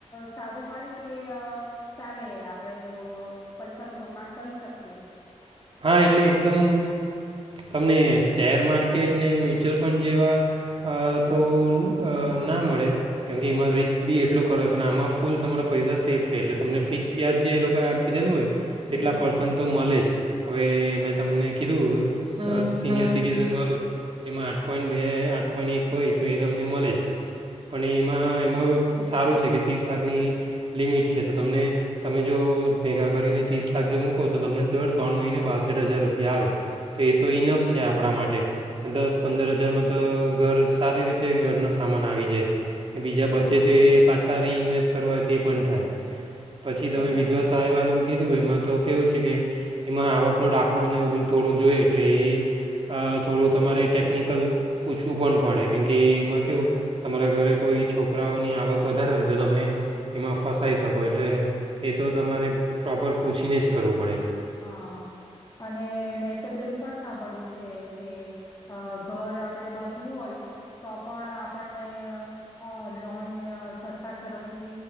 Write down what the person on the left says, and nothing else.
સારું મળે કે અ ચાલે આપણે રો પૈસાનું રોકાણ કરી શકીએ.
હમ્મ,
બરાબર.
હા,
બરાબર.
હાં અને મેં તો પેલું પણ સાંભળ્યું છે. કે અ ઘર આપડે બાંધું હોય, તો પણ આપણને અ લોનને સરકાર તરફથી